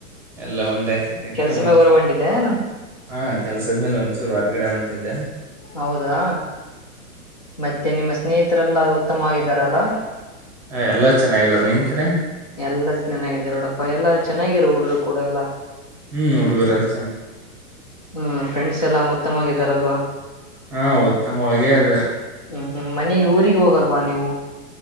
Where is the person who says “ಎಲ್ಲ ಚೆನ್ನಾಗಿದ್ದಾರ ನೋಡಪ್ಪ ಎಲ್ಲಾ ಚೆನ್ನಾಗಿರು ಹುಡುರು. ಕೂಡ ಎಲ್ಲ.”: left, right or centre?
Left